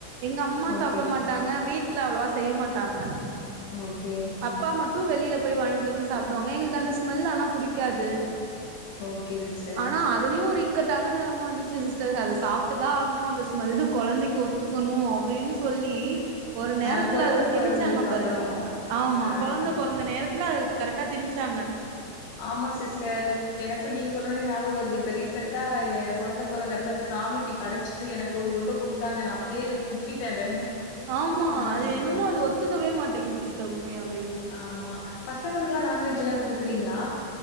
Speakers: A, on the right; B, on the left.
A: எங்க அம்மா
B: ஓகே
A: சாப்ட மாட்டா ங்க வீட்ல அவ்ளோவா செய்ய மாட்டாங்க
B: ஓகே
A: அப்பா மட்டு வெளில போய் வாய்ங்ட்டு வந்து சாப்டுவாங்க எங்களுக் அந்த ஸ்மெல் ஆனா புடிக்காது
B: ஓகே சிஸ்டர்
A: ஆனா அதுலயு ஒரு இக்கட்டான நெலம வந்துச்சு சிஸ்டர் அத சாப்ட்டுதா ஆகணு அந்த ஸ்மெல்லு கொழந்தைக்கு ஒத்துக்கணு அப்டினு சொல்லி ஒரு நேரத்துல
B: அ கொழந்த
A: அத
B: பொறந்ததுக்கு
A: திணிச்சாங்க பாருங்க
B: அப்புறோ
A: அ ஆமா
B: ஆ
A: கொழந்த பொறந்த நேரத்துல அத கரெக்ட்டா திணிச்சாங்க
B: ஆமா சிஸ்டர் எனக்கு நீங்க சொன்னோன்னே ஞாபகோ வர்து இப்ப ரீசென்ட்டா எ கொழந்த பொறந்தப்ப அத சாமிக்கு படச்சிட்டு எனக் ஒரு உருண்ட குடுத்தாங்க நா அப்டியே துப்பிட்டே அத
A: ஆமா
B: ஆ
A: அது என்னமோ
B: ஆம்
A: அது ஒத்துக்கவே மாட்டேங்கிது சிஸ்டர் உண்மையாவே
B: ஆமா பசங்களுக்குலா நான்வெஜ் எல்லா குடுக்கறீங்ளா